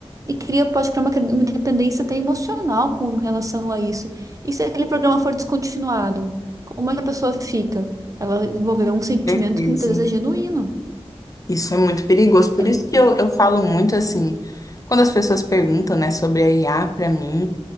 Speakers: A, on the right; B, on the left.
A: e cria, pode criar uma, cre- uma dependência até emocional com relação a isso. E se aquele programa for descontinuado? Como é que a pessoa fica? Ela desenvolveu um sentimento
B: certeza.
A: que muitas vezes é genuíno.
B: Isso é muito perigoso. Por
A: É,
B: isso que eu, eu falo muito assim, quando as pessoas perguntam, né, sobre a IA pra mim,